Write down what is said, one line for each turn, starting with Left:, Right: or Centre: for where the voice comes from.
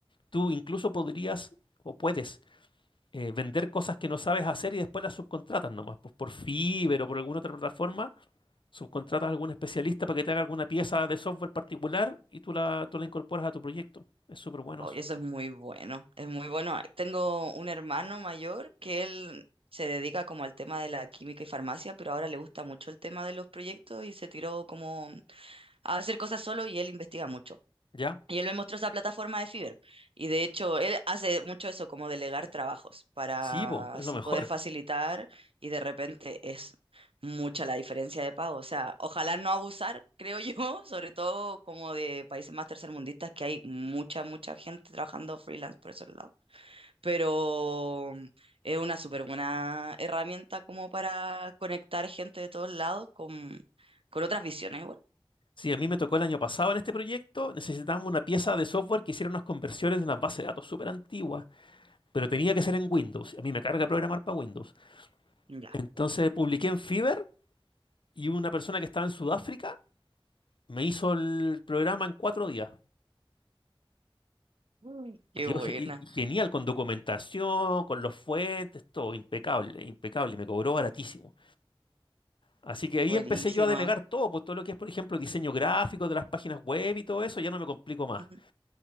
Left: tú incluso podrías o puedes eh, vender cosas que no sabes hacer y después las subcontratas nomás, pues por Fiverr o por alguna otra plataforma, subcontratas a algún especialista para que te haga alguna pieza de software particular y tú la, tú la incorporas a tu proyecto. Es súper bueno
Right: Oye,
Left: eso.
Right: eso es muy bueno, es muy bueno. Tengo un hermano mayor que él se dedica como al tema de la química y farmacia, pero ahora le gusta mucho el tema de los proyectos y se tiró como a hacer cosas solo y él investiga mucho.
Left: ¿Ya?
Right: Y él me mostró esa plataforma de Fiverr. Y de hecho, él hace mucho eso, como delegar trabajos, para
Left: Sí, vos, es
Right: así
Left: lo mejor.
Right: poder facilitar y de repente es mucha la diferencia de pago. O sea, ojalá no abusar, creo yo, <laughs> sobre todo como de países más tercermundistas, que hay mucha, mucha gente trabajando freelance por esos lados. Pero mm, es una súper buena herramienta como para conectar gente de todos lados con, con otras visiones igual.
Left: Sí, a mí me tocó el año pasado en este proyecto, necesitábamos una pieza de software que hiciera unas conversiones de unas bases de datos súper antiguas, pero tenía que ser en Windows. A mí me carga programar para Windows.
Right: Ya.
Left: Entonces publiqué en Fiverr y una persona que estaba en Sudáfrica me hizo el programa en cuatro días.
Right: Uy, Qué
Left: Y quedó
Right: buena,
Left: ge- y- y genial, con documentación, con los fuentes, todo, impecable, impecable, y me cobró baratísimo. Así que ahí
Right: buenísima.
Left: empecé yo a delegar todo, pues todo lo que es, por ejemplo, diseño gráfico de las páginas web y todo eso, ya no me complico más.
Right: <laughs>